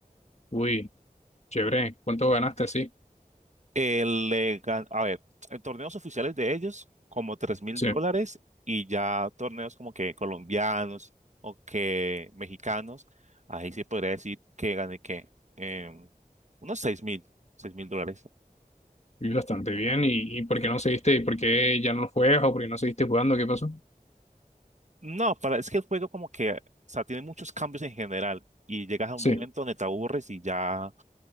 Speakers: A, on the left; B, on the right.
A: Uy, chévere, ¿cuánto ganaste así?
B: El, eh, gan- a ver, en torneos oficiales de ellos, como tres mil
A: Sí,
B: dólares y ya torneos como que colombianos o que mexicanos, ahí se podría decir que gané que em, unos seis mil, seis mil dólares.
A: y bastante bien y, y ¿por qué no seguiste? ¿Y por qué ya no juegas o por qué no seguiste jugando? ¿Qué pasó?
B: No, para, es que el juego como que, o sea, tiene muchos cambios en general y llegas a un
A: Sí,
B: momento donde te aburres y ya